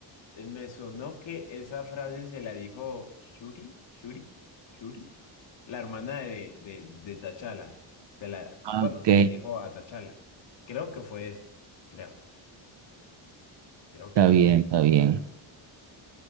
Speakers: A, on the left; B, on the right.
A: Eh, Me sonó que esa frase se la dijo Shuri, Shuri, Shuri, la hermana de, de, de T'Challa. Se la,
B: Ah,
A: bueno,
B: Ok,
A: se la dijo a T'Challa. Creo que fue esa. Creo, creo
B: está
A: que sí.
B: bien, está bien.